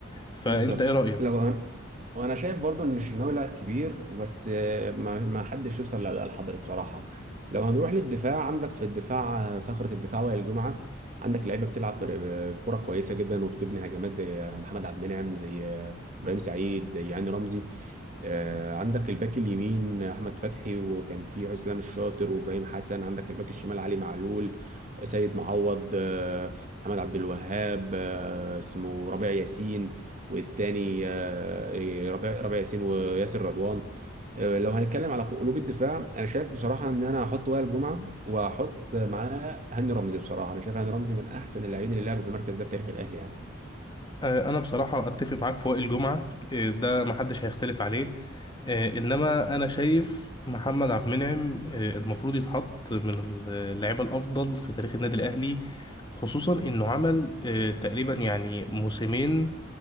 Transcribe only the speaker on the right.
بالظبط
لو أنا وانا شايف برضو ان الشناوي لاعب كبير وبس آه، ما ما حدش يوصل للحضري بصراحه لو هنروح للدفاع عندك في الدفاع آه، صخره الدفاع وائل جمعه عندك لعيبه بتلعب كر- بكره كويسه جدا وبتبني هجمات زي آه، محمد عبد المنعم زي آه، ابراهيم سعيد زي هاني رمزي آه، عندك الباك اليمين احمد فتحي وكان في اسلام الشاطر وابراهيم حسن عندك الباك الشمال علي معلول سيد معوض آه، محمد عبد الوهاب آه، اسمه ربيع ياسين والتاني آه، ربيع ربيع ياسين وياسر رضوان آه، لو هنتكلم على قلوب الدفاع انا شايف بصراحه ان انا هحط وائل جمعه وهحط معاه هاني رمزي بصراحه انا شايف هاني رمزي من احسن اللاعبين اللي لعبوا في المركز ده في تاريخ الاهلي يعني